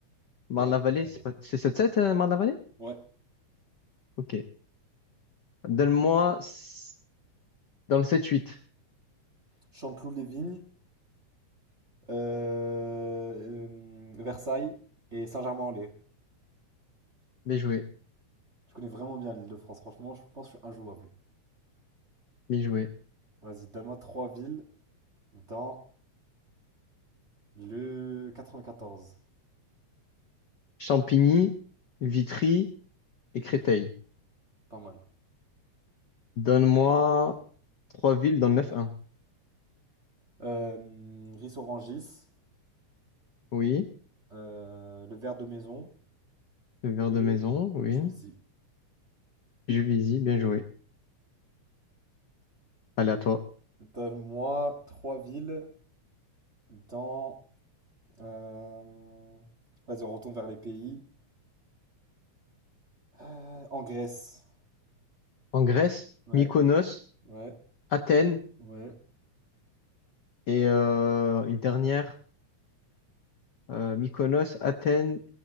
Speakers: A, on the left; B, on the right.
A: Marne-la-Vallée,
B: ouais, Marne-la-Vallée.
A: c'est pas, c'est 7-7, euh, Marne-la-Vallée?
B: Ouais.
A: Ok. Donne-moi s- dans le sept-huit.
B: Chanteloup-les-Vignes, euh, euh, Versailles et Saint-Germain-en-Laye.
A: Bien joué,
B: Je connais vraiment bien l'Île-de-France, franchement, je pense que je suis injouable.
A: bien joué.
B: Vas-y, donne-moi trois villes dans Le quatre-vingt-quatorze,
A: Champigny, Vitry et Créteil.
B: Pas mal.
A: Donne-moi trois villes dans le neuf-un.
B: Euh, Riz Orangis,
A: Oui,
B: euh, le verre de maison
A: le verre
B: et
A: de maison, oui.
B: Juicy.
A: Juvisy, bien joué. Allez, à toi.
B: Donne-moi trois villes dans. euh, Vas-y, on retourne vers les pays. Euh, en Grèce.
A: En Grèce,
B: Ouais,
A: Mykonos,
B: ouais,
A: Athènes
B: ouais,
A: et euh, une dernière. euh, Mykonos, Athènes,